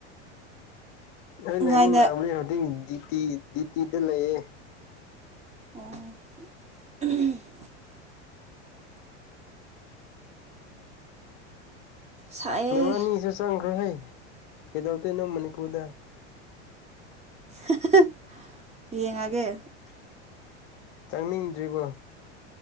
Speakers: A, on the left; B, on the right.
A: ꯑꯩ ꯂꯩꯃꯤꯟꯅꯕꯅꯤ
B: ꯉꯥꯏꯅ
A: ꯍꯧꯖꯤꯛ ꯗꯤꯇꯤ ꯗꯤꯇꯤꯗ ꯂꯩꯌꯦ꯫
B: ꯑꯣ ꯁꯥꯏꯌꯦ
A: ꯅꯕꯅꯤꯁꯨ ꯆꯪꯈ꯭ꯔꯣ ꯍꯦ ꯀꯩꯗꯧꯗꯣꯏꯅꯣ ꯃꯅꯤꯄꯨꯔꯗ꯫
B: <unintelligible> ꯌꯦꯡꯉꯒꯦ꯫
A: ꯆꯪꯅꯤꯡꯗ꯭ꯔꯤꯕꯣ?